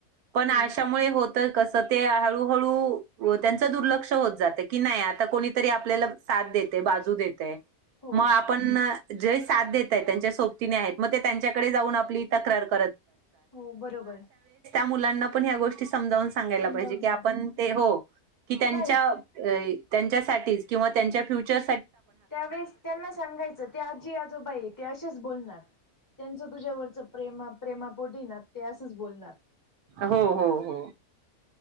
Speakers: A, on the right; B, on the left.
A: पण
B: हो
A: अशा. मुळे होत कस ते हळू हळू त्यांच दुर्लक्ष होत जात की नाही आता कोणीतरी आपल्याला. साथ देते बाजू देते.
B: हो
A: मग आपण जे साथ देतय त्यांच्या सोबतीने आहेत मग ते त्यांच्याकडे जाऊन आपली. ातग अ
B: हो बरोबर
A: मुंना प सम. सांगायला
B: समजावून
A: पाहिजे की
B: सांगा.
A: आपण ते हो की त्यांच्या.
B: नाही
A: त्यांच्यासाठीच किंवा त्यांच्या फ्युचर.
B: त्यावेेळेस त्यांना सांगायचं ते आजी आजोबाई ते असशेच बोलणार. त्यांचं तुझ्यावरच प्रेमा प्रेमापोटी ना ते असंच बोलणार.
A: हो हो हो